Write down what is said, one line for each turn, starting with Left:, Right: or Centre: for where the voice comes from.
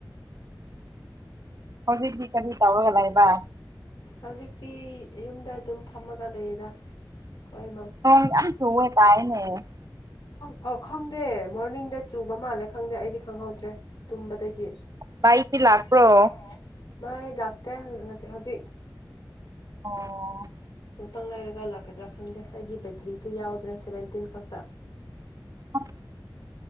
Right: ꯍꯧꯖꯤꯛꯇꯤ ꯀꯔꯤ ꯇꯧꯔꯒꯗꯥꯏꯕ
Left: ꯍꯧꯖꯤꯛꯇꯤ ꯌꯨꯝꯗ ꯑꯗꯨꯝ ꯐꯝꯃꯒ ꯂꯩꯌꯦꯗ ꯑꯩꯈꯣꯏ
Right: ꯍ ꯌꯥꯝ ꯊꯦ ꯇꯥꯏꯅꯦ
Left: ꯑ ꯈꯪꯗꯦ ꯃꯣꯔꯅꯤꯡꯗ ꯆꯨꯕ ꯃꯥꯜꯂꯦ ꯈꯪꯗꯦ ꯑꯩꯗꯤ ꯈꯪꯍꯧꯗ꯭ꯔꯦ ꯇꯨꯝꯕꯗꯒꯤ
Right: ꯂꯥꯏꯠꯇꯤ ꯂꯥꯛꯄ꯭ꯔꯣ
Left: ꯥꯛꯄ꯭ꯔꯣ ꯃꯥꯏ ꯂꯥꯛꯇ ꯉꯁꯤ ꯍꯧꯖꯤꯛ
Right: ꯑꯣ
Left: ꯉꯨꯇꯪ ꯂꯩꯔꯒ ꯂꯥꯛꯀꯗ꯭ꯔꯥ ꯈꯪꯗꯦ ꯑꯩꯒꯤ ꯕꯦꯇ꯭ꯔꯤꯁꯨ ꯌꯥꯎꯗ꯭ꯔꯦ ꯁꯚꯦꯟꯇꯤꯟ ꯈꯛꯇ
Right: ꯑ